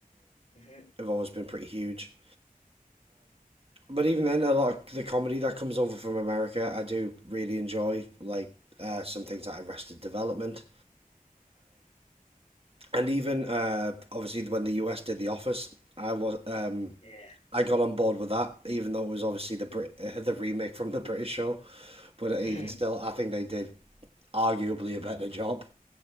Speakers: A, on the left; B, on the right.
A: hmm
B: have always been pretty huge. But even then, a lot of the comedy that comes over from America, I do really enjoy, like uh, some things like Arrested Development, and even uh, obviously when the US did The Office, I was um,
A: Yeah.
B: I got on board with that, even though it was obviously the Brit- <laughs> uh, the remake from the British show, but even
A: hmm
B: still, I think they did arguably a better job.